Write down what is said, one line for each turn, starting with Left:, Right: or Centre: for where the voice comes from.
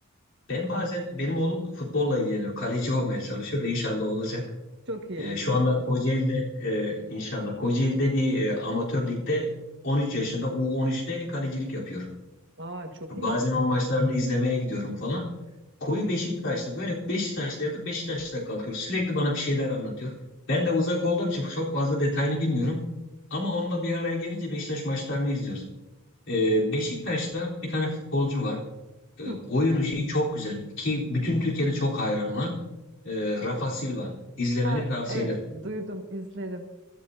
Left: Ben bazen benim oğlum futbolla ilgileniyor. Kaleci olmaya çalışıyor da inşallah olacak.
Right: Çok iyi
Left: Ee,
Right: inşallah.
Left: şu anda Kocaeli'de e, inşallah Kocaeli'de bir e, amatör ligde 13 yaşında U13'te kalecilik yapıyor.
Right: Aa çok
Left: Bazen
Right: iyi.
Left: onun maçlarını izlemeye gidiyorum falan. Koyu Beşiktaşlı böyle Beşiktaş'ta yatıp Beşiktaş'ta kalkıyor. Sürekli bana bir şeyler anlatıyor. Ben de uzak olduğum için çok fazla detayını bilmiyorum. Ama onunla bir araya gelince Beşiktaş maçlarını izliyoruz. Ee, Beşiktaş'ta bir tane futbolcu var. Ee,
Right: Hı.
Left: oyunu şeyi çok güzel ki bütün Türkiye'de çok hayran ona. Ee, Rafa Silva. İzlemeni
Right: Aa,
Left: tavsiye
Right: evet
Left: ederim.
Right: duydum izlerim.